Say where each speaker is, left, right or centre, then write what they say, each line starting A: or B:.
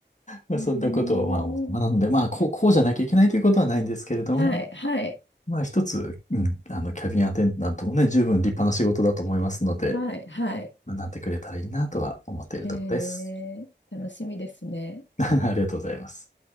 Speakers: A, on the left (about 40°); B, on the left (about 75°).
A: まあ、
B: えー、
A: そんなことを、まあ、大人なので、まあ、こう、こうじゃなきゃいけないということはないんですけれども、
B: はい、はい、
A: まあ、一つ、うん、あの、キャビンアテンダントもね、十分立派な仕事だと思いますので、
B: はい、はい。
A: なってくれたらいいなとは思っているところです。
B: へえ、楽しみですね。
A: <laughs> ありがとうございます。